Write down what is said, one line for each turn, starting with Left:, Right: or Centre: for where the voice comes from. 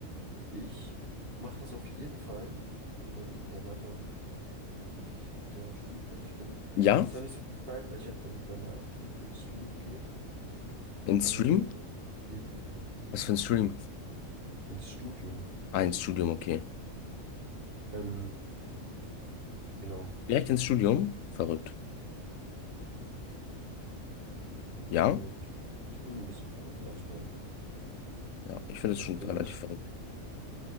Right: Ich mache das auf jeden Fall in meinem, äh, nach meinem, nachdem ich mit der Schule fertig bin.
Left: Ja?
Right: Vielleicht zwar nicht so viel Zeit, weil ich ja dann danach direkt ins Studium gehe,
Left: In
Right: aber
Left: Stream?
Right: ich werde auch Zeit geben.
Left: Was für ein Stream?
Right: Ins Studium.
Left: Ah, ins Studium, okay.
Right: Ähm, genau.
Left: Direkt ins Studium? Verrückt. Ja,
Right: Ja. Bin ein bisschen verrückt manchmal.
Left: ja, ich finde
Right: Das
Left: das schon
Right: bin
Left: relativ
Right: ich.
Left: verrückt.